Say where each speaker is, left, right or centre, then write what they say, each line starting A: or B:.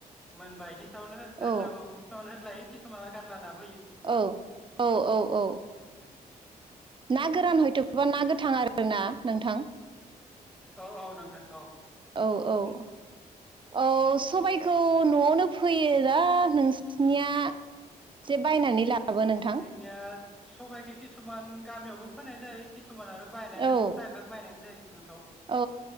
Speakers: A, in the centre; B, on the right.
A: मोनबायनि इनि सायावनो होदलाबावो
B: औ
A: किसुमान होदलायो किसुमान आरो गारला नाबो होयो
B: औ औ औ औ
A: औ
B: ना गोरान हयथ'बा ना गोथां आरो ना नोंथां
A: औ औ नोंथां औ
B: औ औ औ सबायखौ न'आवनो फैयोना नोंसिनिया जे बायनानै लाबो नोंथां
A: जोंनिया सबायखो किसुमान गामियावबो फोनाय जायो किसुमान आरो बायनानै
B: औ
A: प्राइभाग बायनायानो जायो नोंथाव
B: औ